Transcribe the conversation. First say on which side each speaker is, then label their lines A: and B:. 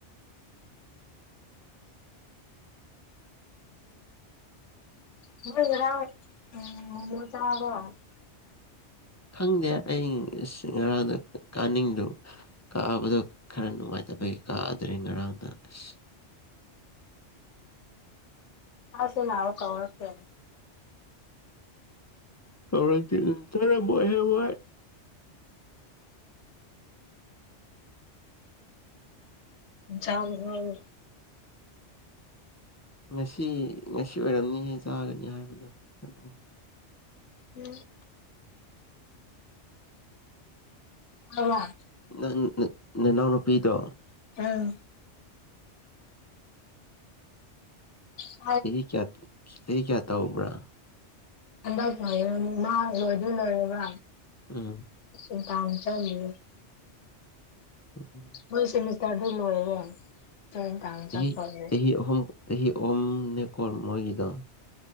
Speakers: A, on the left (about 80°); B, on the left (about 25°).
A: ꯅꫭꯏ ꯉꯔꯥꯡ <unintelligible> ꯆꯕꯔꫭ
B: ꯈꯪꯗꯦ ꯑꯩ ꯉꯔꯥꯡꯗ ꯀꯥꯅꯤꯡꯗꯕ ꯀꯥꯕꯗꯣ ꯈꯔ ꯅꯨꯡꯉꯥꯏꯇꯕꯒꯤ ꯀꯥꯗ꯭ꯔꯦ ꯉꯔꯥꯡꯗ ꯑꯁ
A: ꯑꯁꯦꯅ ꯀ ꯑꯣꯔꯀꯦ
B: ꯀꯧꯔꯛꯇ ꯆꯥꯔꯝ ꯃꯣꯏ ꯍꯦ ꯃꯣꯏ
A: ꯖꯝ ꯍ <inaudible>
B: ꯉꯁꯤ ꯉꯁꯤ ꯑꯣꯏꯔꯝꯅꯤꯍꯦ ꯆꯥꯒꯅꯤ ꯍꯥꯏꯕꯗꯣ ꯈꯪꯗꯦ
A: ꯎꯝ ꯑ <inaudible>
B: ꯅꯪ ꯅꯅꯥꯎ ꯅꯨꯄꯤꯗꯣ
A: ꯎꯝ ꯑ <inaudible>
B: ꯆꯍꯤ ꯀꯌꯥ ꯆꯍꯤ ꯀꯌꯥ ꯇꯧꯕ꯭ꯔꯥ
A: ꯑꯗ ꯉ ꯃꯥ ꯂꯨ ꯂꯔꯦ ꯃꯥ <inaudible>
B: ꯎꯝ
A: ꯑ ꯀꯝ ꯆꯂ <inaudible>
B: ꯎꯝꯝ
A: ꯃꯣꯏ ꯁꯦꯃꯤꯁꯇꯔꯗꯣ ꯂꯣꯏꯔꯦ ꯍꯣꯔꯦꯟ ꯅꯨꯡꯗꯥꯡ
B: ꯆꯍꯤ
A: ꯆꯠꯇꯣꯢꯅꯦ
B: ꯆꯍꯤ ꯑꯍꯨꯝ ꯆꯍꯤ ꯑꯍꯨꯝ ꯅꯦ ꯀꯣ ꯃꯣꯏꯒꯤꯗꯣ